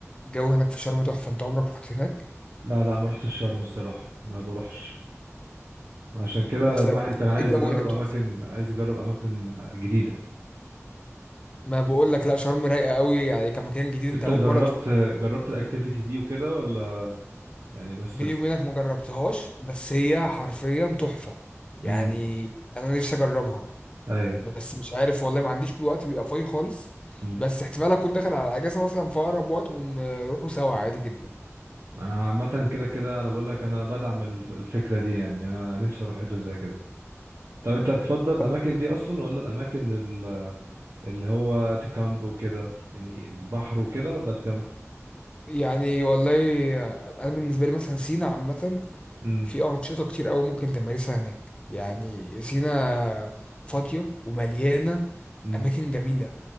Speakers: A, on the left (about 20°); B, on the right (about 60°).
A: الجو هناك في شرم تحفة انت عمرك رحت هناك
B: لا لا ما رحتش شرم الصراحه ما بروحش عشان كده
A: بس
B: الواحد
A: لا،
B: كان عايز
A: الجو
B: يجرب
A: هناك
B: اماكن
A: تحفة
B: عايز يجرب اماكن آه، جديده
A: ما بقول لك لا شرم رايقة قوي يعني كمكان جديد انت
B: انت
A: اول
B: جربت
A: مرة تروح
B: جربت الاكتيفيتي دي وكده ولا يعني بس
A: بيني
B: ب...
A: وبينك ما جربتهاش بس هي حرفيا تحفة يعني
B: امم
A: انا نفسي اجربها
B: ايوه
A: بس مش عارف والله ما عنديش بيه وقت بيبقى فاضي خالص
B: امم
A: بس احتمال اكون داخل على اجازة مثلا في اقرب وقت ونروحوا سوا عادي جدا
B: انا عامه كده كده انا بقول لك انا بدعم الف- الفكره دي يعني يعني انا نفسي اروح حته زي كده طب انت تفضل الاماكن
A: طب
B: دي اصلا ولا الاماكن ال- اللي هو تكامب وكده يعني البحر وكده ولا تكامب
A: يعني والله انا بالنسبة لي مثلا سينا عامة
B: امم
A: في انشطة كتير قوي ممكن تمارسها هناك يعني سينا فاضية ومليانة
B: امم
A: اماكن جميلة